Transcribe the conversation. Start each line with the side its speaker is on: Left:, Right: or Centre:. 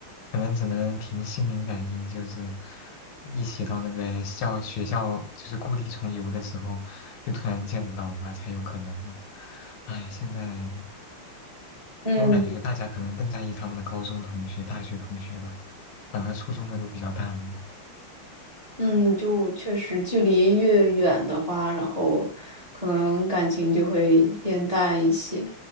Left: 可能只能凭心灵感应，就是一起到那个校学校，就是故地重游的时候，就突然见到吧，才有可能。唉，现在
Right: 嗯。
Left: 我感觉大家可能更在意他们的高中同学、大学同学吧，反而初中的都比较淡了
Right: 嗯，就确实距离越远的话，然后可能感情就会变淡一些，